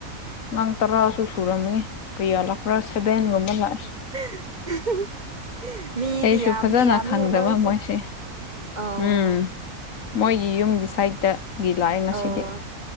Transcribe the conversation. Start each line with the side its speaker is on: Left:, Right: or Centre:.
Left: ꯑꯉꯥꯡ ꯇꯔꯥꯁꯨ ꯁꯨꯔꯝꯒꯅꯤ ꯀꯌꯥ ꯂꯥꯛꯄ꯭ꯔꯥ ꯁꯕꯦꯟꯒꯨꯝꯕ ꯂꯥꯛꯑꯦ
Right: <unintelligible> ꯃꯤꯗꯤ
Left: ꯑꯩꯁꯨ
Right: ꯌꯥꯝꯗꯤ
Left: ꯐꯖꯅ
Right: ꯌꯥꯝꯃꯦꯍꯦ
Left: ꯈꯪꯗꯕ
Right: ꯅꯣꯁꯨ
Left: ꯃꯣꯏꯁꯦ
Right: ꯑꯣ
Left: ꯎꯝ ꯃꯣꯏꯒꯤ ꯌꯨꯝꯒꯤ ꯁꯥꯏꯠꯇꯒꯤ ꯂꯥꯛꯑꯦ ꯉꯁꯤꯗꯤ
Right: ꯑꯧ